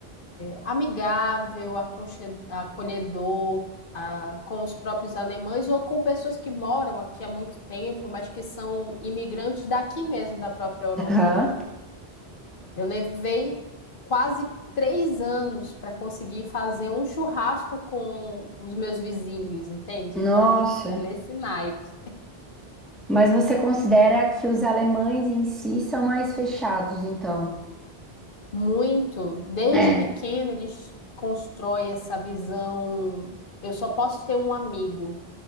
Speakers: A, on the left; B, in the centre.
A: amigável, aconche- acolhedor, ah, com os próprios alemães ou com pessoas que moram aqui há muito tempo, mas que são imigrantes daqui mesmo, da própria Europa,
B: Aham.
A: né? Eu levei quase três anos para conseguir fazer um churrasco com os meus vizinhos, entende? Então,
B: Nossa.
A: é nesse naipe.
B: Mas você considera que os alemães em si são mais fechados, então?
A: Muito. Desde
B: É.
A: pequeno, eles constroem essa visão. Eu só posso ter um amigo.